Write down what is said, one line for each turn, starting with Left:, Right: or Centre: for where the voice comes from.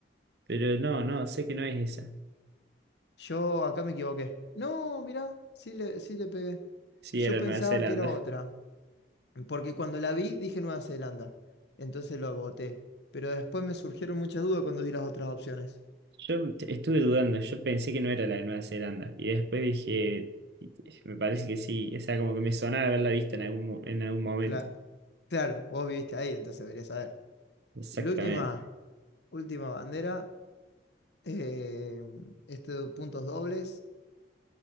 Right: Pero no, no, sé que no es esa.
Left: Yo acá me equivoqué. No, mirá, sí le, sí le pegué.
Right: Sí,
Left: Yo
Right: era
Left: pensaba
Right: Nueva Zelanda.
Left: que era otra,
Right: <laughs>
Left: porque cuando la vi dije Nueva Zelanda, entonces lo voté. Pero después me surgieron muchas dudas cuando vi las otras opciones.
Right: Yo t- estuve dudando, yo pensé que no era la de Nueva Zelanda. Y después dije, me parece que sí. O sea, como que me sonaba haberla visto en algún, mo- en algún momento.
Left: Cla- claro, vos viviste ahí, entonces deberías saber.
Right: Exactamente.
Left: La última, última bandera, eh, estos puntos dobles,